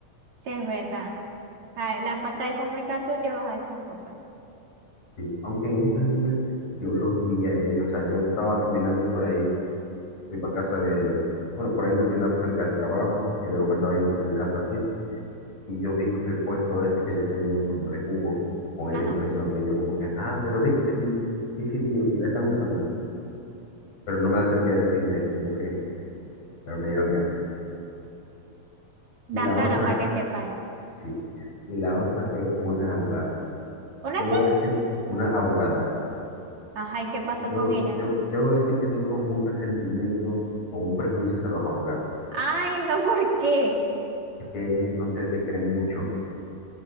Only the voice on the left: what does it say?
Sí, aunque en estos días yo los vi a ellos, o sea, yo estaba caminando por ahí fui para casa de, bueno, por ahí una tienda cerca del trabajo, y luego me estaba yendo hacia mi casa a pie, y yo vi el puesto ese que ellos tenían como de jugo, con esa
impresión, y yo como que, ah, pero viste que sí, sí sirvió, sí la están usando, pero no me acerqué a decirles, como que, pero me dieron ganas.
Y la
otra,
sí, y la otra fue una abogada,
debo
decir, una abogada.
Debo,
debo, debo decir que tengo un resentimiento o un prejuicio hacia los abogados.
Es que ellos, no sé, se creen mucho. O